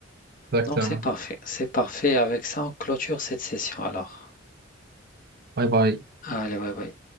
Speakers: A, on the right; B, on the left.
A: Exactement.
B: Donc, c'est parfait. C'est parfait. Avec ça, on clôture cette session alors.
A: Bye bye.
B: Allez, ouais, ouais.